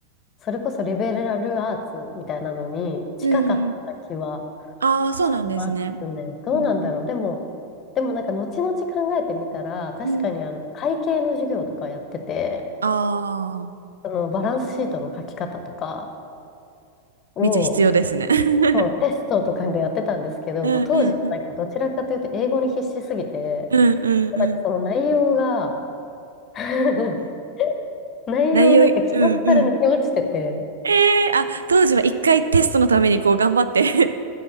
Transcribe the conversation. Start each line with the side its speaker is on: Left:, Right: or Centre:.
Left: それこそリベラルアーツみたいなのに近かった気は
Right: うん。ああ、そうなんですね。
Left: しますね。どうなんだろう。
Right: うんうん。
Left: でも、でもなんか後々考えてみたら、確かにあの会計の授業とかやってて、
Right: うん。ああ、
Left: そのバランスシートの書き方とかを、
Right: めっちゃ必要ですね。<laughs>
Left: そうテストとかでやってたんですけど、
Right: うんうんうん。
Left: もう当時はなんかどちらかというと英語に必死すぎて、
Right: うんうんうん。
Left: なんかその内容が <laughs> 内容なんか記憶から抜け落ちてて、
Right: 内容い、うんうん。ええあ、当時は一回テストのためにこう頑張って